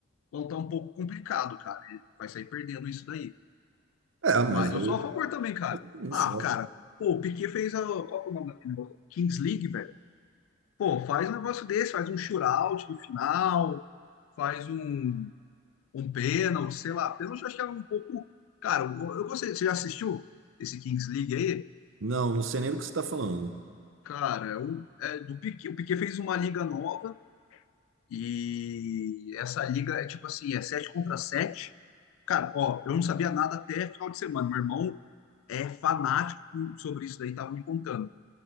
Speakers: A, on the left; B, on the right.
A: Vão estar um pouco complicado, cara. Ele Vai sair perdendo isso daí.
B: É, mas
A: Mas eu
B: aí.
A: sou a favor também, cara.
B: Isso,
A: Ah, cara,
B: é.
A: pô, o Piquet fez a. Qual que é o nome daquele negócio? Kings League, velho. Pô, faz um negócio desse, faz um shootout no final, faz um, um pênalti, sei lá. Pênalti eu acho que é um pouco. Cara, eu, eu gostei. Você já assistiu esse Kings League aí?
B: Não, não sei nem do que você tá falando.
A: Cara, é o, é do Piquet, o Piquet fez uma liga nova e essa liga é tipo assim, é 7 contra 7. Cara, ó, eu não sabia nada até final de semana. Meu irmão é fanático com- sobre isso daí, tava me contando.